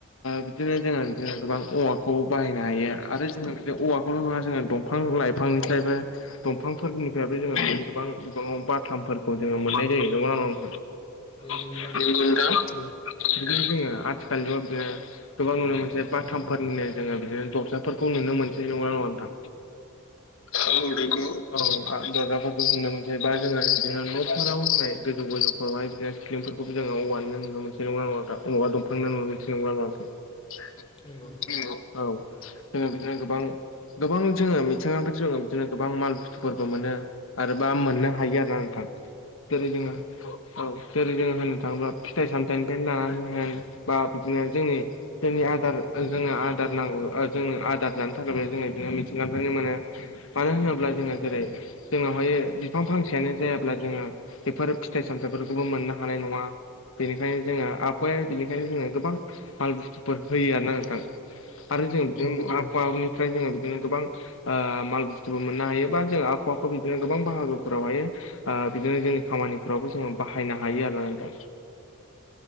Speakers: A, on the left (about 70°); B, on the left (about 25°).
A: बिदिनो जोङो बिदिनो गोबां औवाखौ बाहायनो हायो आरो जोंङो बे औवाखौल' नङा जोंङो दंफां लाइफांनिफ्रायबो दंफांफोरनिफ्रायबो जोंङो गोबां बिबांङाव बाथामफोरखौ जोंङो मोननाय जायो <unintelligible>
B: नोंगौ।
A: नोंगौ नोंथां। बिदिनो जोंङो आथिखाल जुगाव बिदिनो गोबां नुनो मोनसे बाथामफोरनिनो जोङो बिदिनो दरजाफोरखौ नुनो मोनसै नंगौ ना नङा नोंथां औ नंगौ औ। ओ दरजाफोरखौ नुनो मोनसै बा जोङो बिदिनो न'फोराव होनाय गोजौ गोजौफोरावहाय बिदि फोरखौबो जोंओ औवानिनो नुनो मोनसै <unintelligible> <unintelligible>
B: नंगौ
A: औ जोंङो बिदिनो गोबां गोबां जोंङो मिथिंगानिफ्राय जोंङो बिदिनो गोबां माल बुस्थुफोरबो मोनो। आरोबा मोननो हायो आरोना नोंथां जेरै जोंङो
B: औ
A: औ जेरै जोङो होनो थाङोब्ला फिथाइ सामथाइनिफ्रायनो लानानै होन बा बिदिनो जोंनि जोंनि आदार जोंङो आदार नांगौ जोंनो आदार जानो थाखायबो जोंङो बिदिनो मिथिंगाफोरनो मोनो मानो होनोब्ला जोंङो जेरै जोंनावहायो बिफां फांसेआनो जायाब्ला जोंङो बेफोर फिथाइ सामथाफोर खौबो मोननो हानाय नङा। बेनिखायनो जोंङो आबहावाया बेनिखायनो जोंङो गोबां माल बुस्थुफोर होयो आरो ना नोंथां। आरो जों
B: औ
A: बिदिनो आबहानिफ्राय जोंङो बिदिनो गोबां ओ माल बुस्थुबो मोननो हायो बा जों आब हावाखौ बिदिनो गोबां बाहागोफोरावहाय ओ बिदिनो जोंनि खामानिफोरावबो जों बाहायनो हायो आरो ना दा